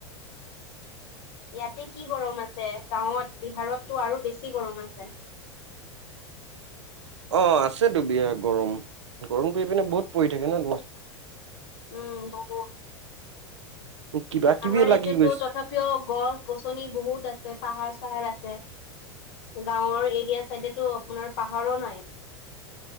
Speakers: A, on the left; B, on the right.
A: ইয়াতে কি গৰম আছে, গাঁৱত বিহাৰতটো আৰু বেছি গৰম আছে।
B: অ' আছেতো বিহাৰ গৰম, গৰমটো এইপিনে বহুত পৰি থাকে ন'।
A: উম বহুত।
B: কিবা কিবি
A: আমাৰ
B: লাগি
A: এইতোত
B: গৈছে।
A: তথাপিও গছ -গছনি বহুত আছে, পাহাৰ চাহাৰ আছে। গাঁৱৰ এৰিয়া চাইডেতো আপোনাৰ পাহাৰো নাই।